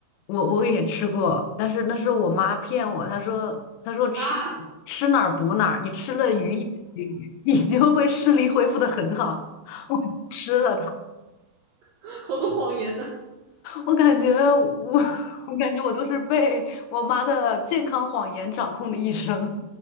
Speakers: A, on the left; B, on the right.
A: 我我也吃过，但是那是我妈骗我，她说她说吃吃哪儿补哪儿，
B: 啊，
A: 你吃了鱼眼睛 <laughs> 你就会视力恢复的很好。吃了它，
B: <laughs> 好多谎言呢。
A: 我感觉我 <laughs> 我感觉我都是被我妈的健康谎言掌控的一生，